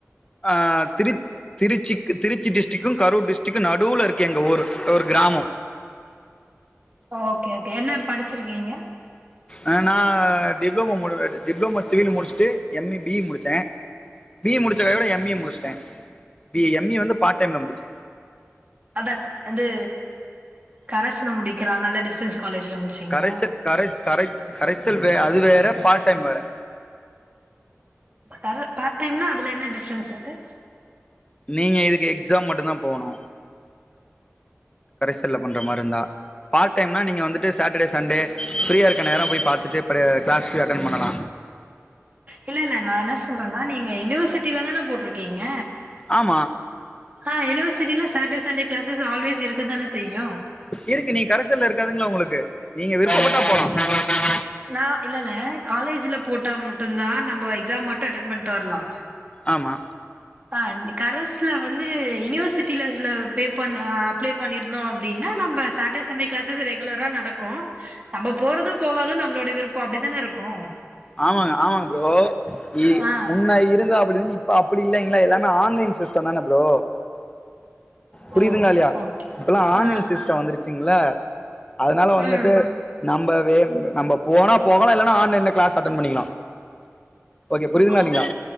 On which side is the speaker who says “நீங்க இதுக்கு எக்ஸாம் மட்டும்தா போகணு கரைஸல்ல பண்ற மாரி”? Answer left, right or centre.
Left